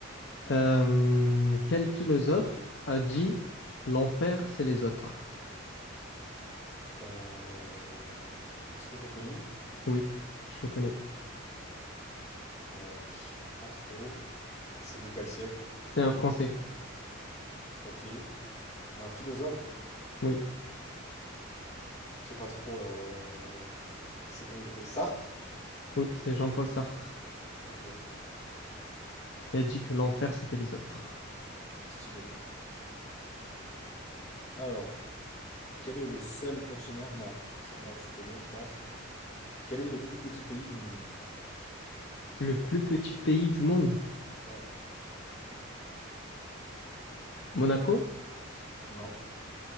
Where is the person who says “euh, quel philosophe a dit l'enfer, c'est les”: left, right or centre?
Left